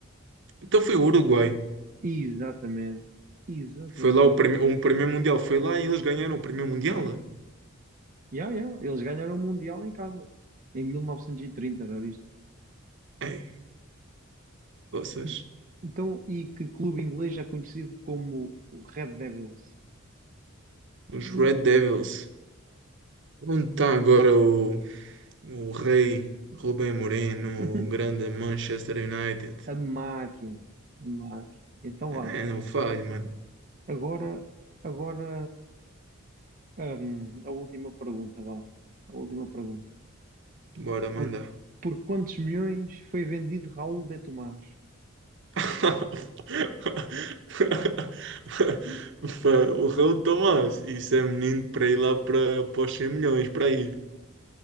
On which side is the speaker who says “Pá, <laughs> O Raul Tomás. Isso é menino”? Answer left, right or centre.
Right